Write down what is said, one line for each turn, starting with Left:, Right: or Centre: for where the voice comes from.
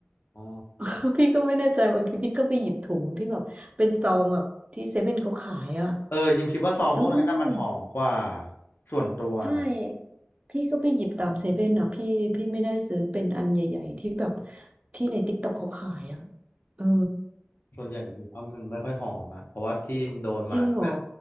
Left: อ๋อ
Right: <laughs> พี่ก็ไม่แน่ใจบางทีพี่ก็ไปหยิบถุงที่แบบเป็นซองแบบที่เซเว่นเขาขายอ่ะ
Left: เออฮิมคิดว่าซองพวกนั้นน่ะมันหอมกว่า
Right: อืม
Left: ส่วนตัวนะ
Right: ใช่ พี่ก็ไปหยิบตามเซเว่นอ่ะพี่พี่ไม่ได้ซื้อเป็นอันใหญ่ๆที่แบบที่ในติ๊กต็อกเขาขายอ่ะเออ
Left: ส่วนใหญ่อิมว่ามันไม่ค่อยหอมอะเพราะว่าที่มันโดนมาก็แบบ
Right: จริงเหรอ